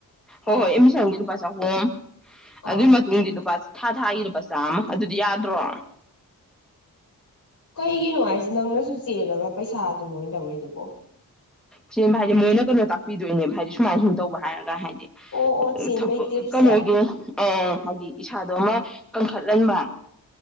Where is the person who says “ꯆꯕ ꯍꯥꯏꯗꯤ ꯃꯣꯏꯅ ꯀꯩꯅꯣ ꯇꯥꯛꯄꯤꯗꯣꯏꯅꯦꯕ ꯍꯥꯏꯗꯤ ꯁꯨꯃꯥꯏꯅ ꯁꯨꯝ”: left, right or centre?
Centre